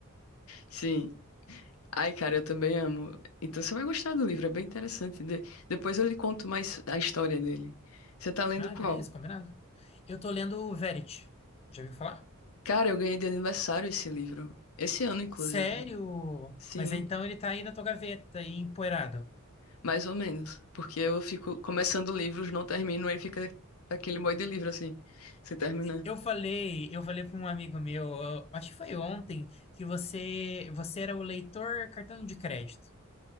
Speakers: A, on the left; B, on the left.
A: sim. Ai, cara, eu também amo. Então você vai gostar do livro, é bem interessante. De- Depois eu lhe conto mais a história dele. Você tá lendo
B: Ah,
A: qual?
B: beleza, combinado. Eu tô lendo o Verity. Já ouviu falar?
A: Cara, eu ganhei de aniversário esse livro. Esse ano, inclusive.
B: Sério?
A: Sim,
B: Mas então ele tá aí na tua gaveta, aí empoeirado.
A: mais ou menos. Porque eu fico começando livros, não termino, aí fica aquele monte de livro assim. Você termina.
B: Eu falei, eu falei para um amigo meu, eu acho que foi ontem, que você, você era o leitor cartão de crédito,